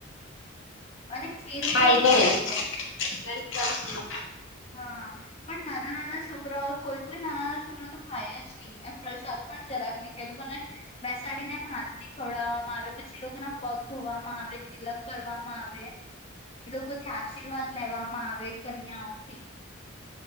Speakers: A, on the left; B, on the left.
A: અને ખીર
B: હા
A: પણ
B: એ તો
A: હોય છે.
B: <inaudible>
A: હા પણ નાના નાના છોકરાઓ કોઈ કોઈ નાનાના છોકરો તો ખાય જ ની એમ પ્રસાદ પણ જરાક નઈ ખાય એ લોકોને બેસાડીને હાથ થી ખવડાવવામાં આવે પછી લોકોના પગ ધોવામાં આવે, તિલક કરવામાં આવે એ લોકો થી આશીર્વાદ લેવામાં આવે કન્યાઓ થી